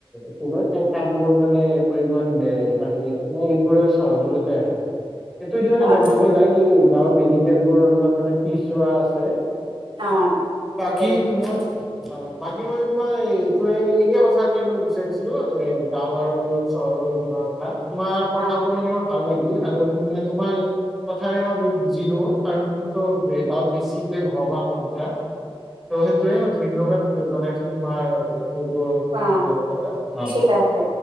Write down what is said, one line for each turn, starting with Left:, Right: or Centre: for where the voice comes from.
Centre: কি কৰে স কামবোৰ মানে কৰিবে বে বাহিৰে মে এইবোৰে চহৰবোৰতে আহে এইটো এটো মানে
Right: হয়
Centre: গম পাব যায় কি য ি <unintelligible> কেল বোৰ অলপমান মানে পিছোৱা আছে
Right: অ
Centre: বাকি
Right: তাকেই
Centre: মজ অ বাকী মই তো মই এইটোৱে এইয়ে কথাটে মই বিচাৰিছিলো এ গাঁও আৰু চহৰৰ কিবা কথা তোমাৰ কথাবোৰ
Right: অ
Centre: মানে মই ভাল লাগিল আৰু মে তোমাৰ কথাৰে মই বহুত বু বুজিলো কাৰণ তুমিতো গাঁল বেছিকে ভৰবাগ কৰিছা ত' সেইটোৱে মই ধুনগৰত জনাইছো তোমাৰ যোৰ
Right: অ
Centre: যিবোৰ পৰা অ
Right: ঠিক আছে